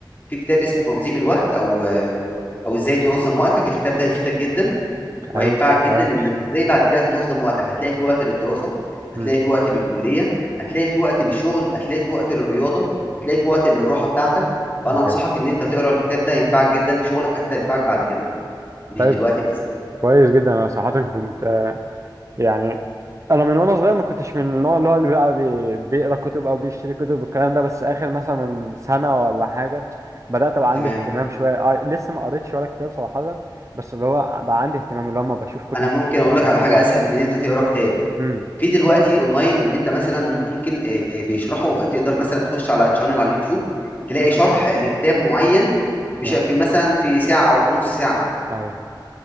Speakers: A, on the left (about 25°); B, on the right (about 40°).
A: في كتاب اسمه تنظيم الوقت او آه، او ازاي تنظم وقتك الكتاب ده هيفيدك جدا
B: طيب
A: وهينفعك جدا
B: كويس
A: انك ازاي بعد كده تنظم وقتك هتلاقي في وقت للدراسة هتلاقي
B: امم
A: في وقت للكلية هتلاقي في وقت للشغل هتلاقي في وقت للرياضة هتلاقي في وقت للراحة بتاعتك فانا
B: أوكي.
A: انصحك ان انت تقرا الكتاب ده هينفعك جدا في شغلك حتى ينفعك بعد كده مش
B: طيب
A: دلوقتي بس
B: كويس جدا انا صراحه كنت يعني انا من وانا صغير ما كنتش من النوع اللي هو اللي بقى بي- بيقرا كتب او بيشتري كتب والكلام ده بس اخر مثلا سنه ولا حاجه بدات ابقى عندي
A: تمام
B: اهتمام شويه آه، لسه ما قريتش ولا كتاب صراحه بس اللي هو بقى عندي اهتمام اللي هو ما بشوف كتب
A: انا ممكن
B: بس
A: اقول
B: طب
A: لك
B: انا
A: على حاجة
B: عايز
A: اسهل
B: أت-
A: من ان انت تقرا كتاب
B: امم
A: في دلوقتي اونلاين ان انت مثلا ممكن آه، بيشرحوا تقدر مثلا تخش على تشانل على اليوتيوب تلاقي شرح لكتاب معين بش-
B: اه
A: في مثلا في ساعة او في نص ساعة
B: ايوه